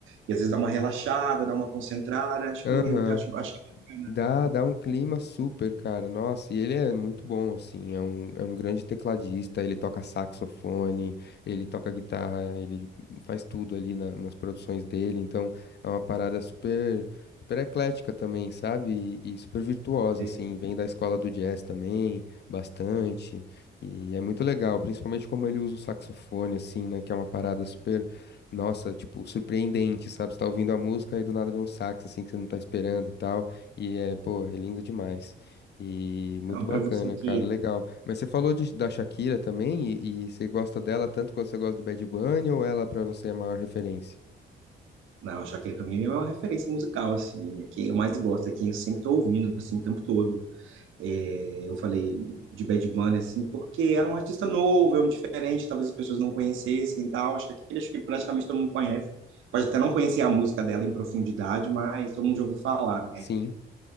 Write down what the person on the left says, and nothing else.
Aham.
Dá, dá um clima super, cara. Nossa, e ele é muito bom, assim. É um, é um grande tecladista. Ele toca saxofone, ele toca guitarra, ele faz tudo ali na- nas produções dele. Então, é uma parada super, super eclética também, sabe? E, e super virtuosa,
assim. Vem da escola do jazz também, bastante. E é muito legal, principalmente como ele usa o saxofone, assim, né? Que é uma parada super, nossa, tipo, surpreendente, sabe? Você tá ouvindo a música e do nada vem um sax, assim, que você não tá esperando e tal. E é, pô, é lindo demais. E muito
bacana,
cara, legal.
Mas você falou de- da Shakira também, e, e você gosta dela tanto quanto você gosta do Bad Bunny, ou ela pra você é a maior referência?
Sim,